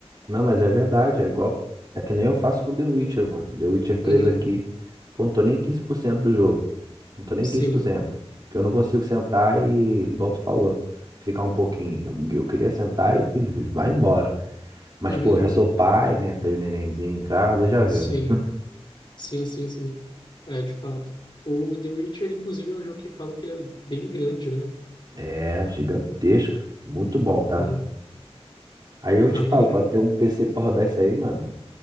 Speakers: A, on the right; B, on the left.
A: Não, mas é verdade. É igual. É que nem eu faço com The Witcher, mano. The Witcher três
B: Uhum,
A: aqui. Pô, não tô nem em 15% do jogo. Não tô nem
B: sim,
A: em quinze por cento Porque eu não consigo sentar e, igual tu falou, ficar um pouquinho. Eu, eu queria sentar e vai embora. Mas,
B: uhum,
A: pô, já sou pai, né? Tenho um nenenzinho em casa, já viu,
B: sim,
A: né?
B: sim, sim, sim, é, de fato. O The Witcher, inclusive, é um jogo que falam que ele é bem grande, né?
A: É, gigantesco. Muito bom, tá?
B: Uhum.
A: Aí eu
B: Ah,
A: te falo,
B: maneiro.
A: pra ter um PC pra rodar isso aí, mano,